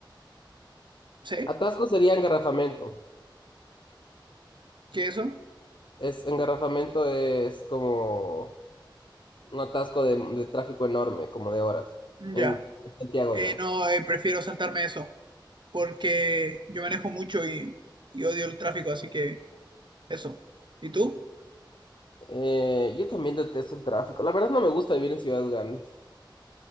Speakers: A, on the right; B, on the left.
A: ¿Sí?
B: Atasco sería engarrafamiento.
A: ¿Qué eso?
B: Es, engarrafamiento es como un atasco de, de tráfico enorme, como de horas,
A: mm,
B: en
A: Ya.
B: Santiago,
A: Eh,
B: digamos.
A: no, eh, prefiero saltarme eso, porque yo manejo mucho y, y odio el tráfico, así que eso. ¿Y tú?
B: Eh, yo también detesto el tráfico. La verdad no me gusta vivir en ciudades grandes.